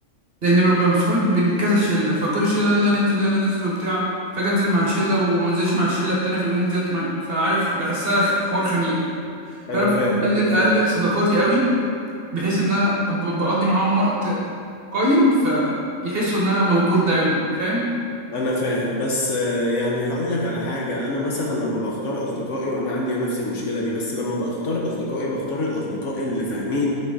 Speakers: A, on the right; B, on the left.
A: لأن ببقى مسحول بين كذا شلة فكل شلة يلا ننزل يلا ننزل وبتاع فأجي أنزل مع شلة ومنزلش مع الشلة التانية فيقولوا لي نزلت مع فعارف بحسها خ- حوار خنيق
B: انا
A: فأنا
B: فاهم
A: بقلل
B: انا فاهم
A: أقلل صداقاتي قوي بحيث إن أنا ب- بقضي معاهم وقت قيم فيحسوا إن أنا موجود دايما فاهم؟
B: انا فاهم بس آه، يعني هقول لك على حاجة انا مثلا لما بختار اصدقائي وانا عندي نفس المشكلة دي بس لما بختار اصدقائي بختار الاصدقاء اللي فاهمين